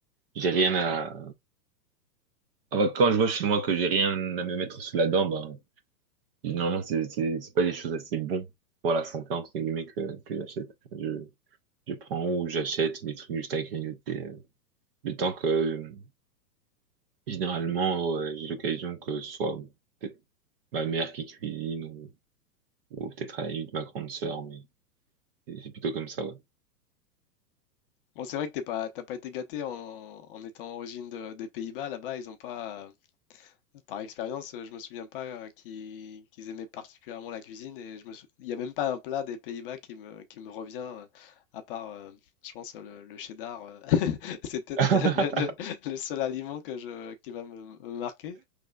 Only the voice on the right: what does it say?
j'ai rien à. Enfin, quand je vois chez moi que j'ai rien à me mettre sous la dent, ben normalement c'est c'est c'est pas des choses assez bon pour la santé entre guillemets que que j'achète. Je je prends ou j'achète des trucs juste à grignoter. euh, Le temps que euh, généralement euh, j'ai l'occasion que ce soit peut-être ma mère qui cuisine ou, ou peut-être à la limite ma grande sœur, mais C'est c'est plutôt comme ça, ouais.
<laughs>